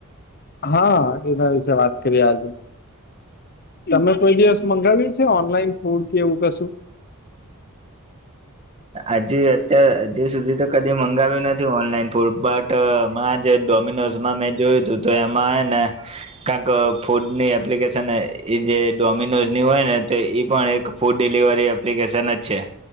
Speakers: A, on the left; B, on the right.
A: હા એના વિશે વાત કરીએ આજે, તમે કોઈ દિવસ મંગાવ્યું છે ઓનલાઈન ફૂડ કે એવું કશું.
B: હજી અત્યારે હજી સુધી તો કદી મંગાવ્યું નથી ઓનલાઈન ફૂડ બટ, એમાં જે ડોમિનોઝ માં મેં જોયું તું તો એમાં હે ને, કાકં ફૂડની એપ્લિકેશન એ જે ડોમિનોઝની હોય ને ઈ પણ એક, ફૂડ ડિલિવરી એપ્લિકેશન જ છે.